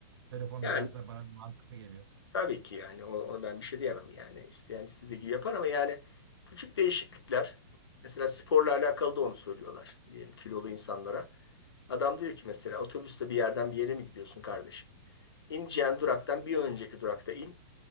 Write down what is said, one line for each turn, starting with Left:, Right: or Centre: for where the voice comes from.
Right: telefon
Left: Yani
Right: biraz da bana mantıklı geliyor.
Left: Tabii ki yani o- ona ben bir şey diyemem yani isteyen istediği gibi yapar ama yani küçük değişiklikler mesela sporla alakalı da onu söylüyorlar diyelim kilolu insanlara. Adam diyor ki mesela otobüste bir yerden bir yere mi gidiyorsun kardeşim? İneceğin duraktan bir önceki durakta in.